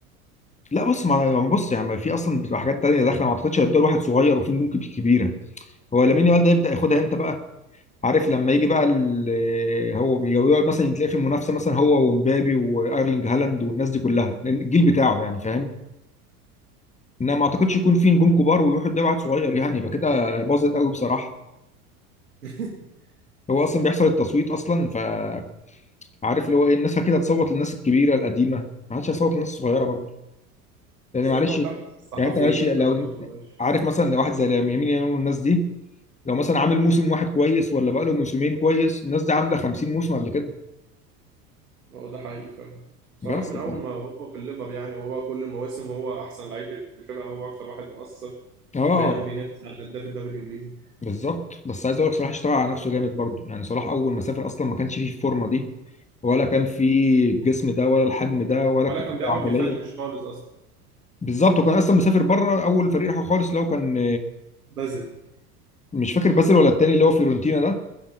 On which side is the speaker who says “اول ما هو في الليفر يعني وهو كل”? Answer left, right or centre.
Right